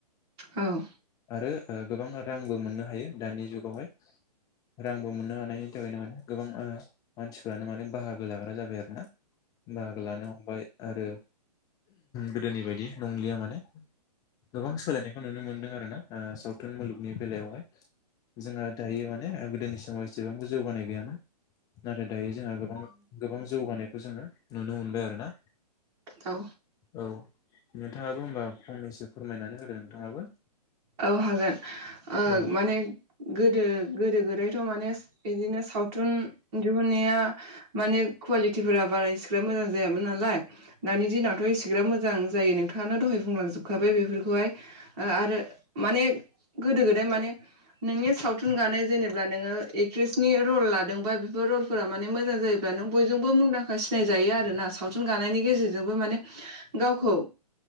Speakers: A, on the right (about 40°); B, on the left (about 15°).
A: औ।
B: आरो ओ गोबां रांबो मोननो हायो दानि जुगावहाय। रांबो मोन्नो हानायनि थाखायनो माने गोबां ओ मानसिफोरानो माने बाहागो लाग्रा जाबाय आरो ना। बाहागो लानो हमबाय आरो गोदोनि बायदि नंलिया माने गोबां सोलायनायखौ नुनो मोनदों आरो ना ओ सावथुन मुलुग नि बेलायावहाय जोंहा दायो माने गोदोनि समाव एसेबांबो जौगानाय गैयामोन। नाथाय दायो जोंहा गोबां गोबां जौगानायखौ जोङो नुनो मोनबाय आरोना।
A: औ
B: औ नोंथाङाबो होमबा फंनैसो फोरमायनानै होदो नोंथाङाबो
A: औ हागोन ओ
B: औ
A: माने गोदो गोदो गोदाय थ' माने बेदिनो सावथुन दिहुनाया माने क्वालिटिफोरा बारा इसिग्रा मोजां जायामोन नालाय दानि दिनावथ' एसेग्राब मोजां जायो नोंथाङानो दहाय बुंलांजोबखाबाय बेफोरखौहाय आरो माने गोदो गोदाय माने नोंनि सावथुन गानाय जेनेब्ला नोङो एक्ट्रेसनि रल लादोंबा बेफोर रल फोरा माने मोजां जायोब्ला नों बयजोंबो मुंदांखा सिनायजायो आरो ना सावथुन गानायनि गेजेरजोंबो माने गावखौ